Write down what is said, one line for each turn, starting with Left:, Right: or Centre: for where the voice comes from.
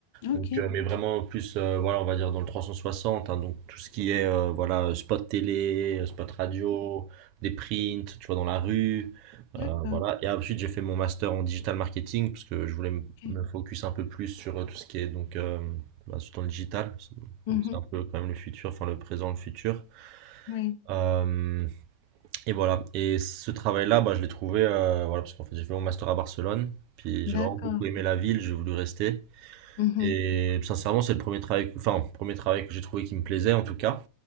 Left: Ok.
Right: Donc, euh, mais vraiment plus, euh, voilà, on va dire dans le 360, hein, donc tout ce qui est euh, voilà, spot télé, euh, spot radio, des prints, tu vois, dans la rue,
Left: D'accord.
Right: euh, voilà. Et ensuite, j'ai fait mon master en digital marketing parce que je voulais me
Left: Ok.
Right: me focus un peu plus sur euh, tout ce qui est donc euh, bah, surtout dans le digital. C'est
Left: Mhm.
Right: donc c'est un peu quand même le futur, enfin le présent, le futur.
Left: Oui.
Right: Euh, et voilà. Et ce travail-là, bah, je l'ai trouvé, euh, voilà, parce qu'en fait, j'ai fait mon master à Barcelone, puis j'ai
Left: D'accord.
Right: vraiment beaucoup aimé la ville, j'ai voulu rester.
Left: Mhm.
Right: Et sincèrement, c'est le premier travail, enfin, premier travail que j'ai trouvé qui me plaisait en tout cas.